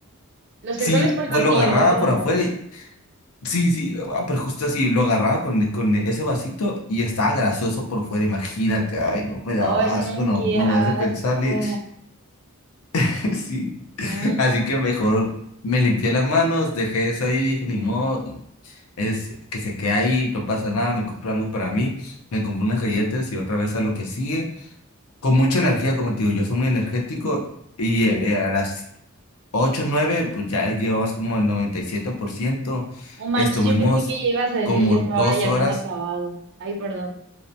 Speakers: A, on the right; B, on the left.
A: Los
B: sí,
A: frijoles puercos
B: pues lo
A: sí,
B: agarraba
A: lo otro
B: por afuera
A: no.
B: y- Sí, sí, ah, pero justo así, lo agarraba con, con ese vasito y estaba grasoso por fuera, imagínate, ay, no, me daba
A: Ay,
B: asco,
A: no,
B: no,
A: qué
B: no
A: asco.
B: más de pensarle, <laughs> sí.
A: No,
B: Así que mejor me limpié las manos, dejé eso ahí, dije, ni modo, es que se quede ahí, no pasa nada, me compro algo para mí, me compro unas galletas y otra vez a lo que sigue. Con mucha energía, como te digo, yo soy muy energético y
A: sí.
B: eh, a las ocho nueve pues ya llevamos como el noventa y siete por ciento
A: No
B: Estuvimos
A: manches, yo pensé que ya ibas a decir
B: como
A: que eso
B: dos
A: ahora ya
B: horas.
A: habían acabado. Ay, perdón,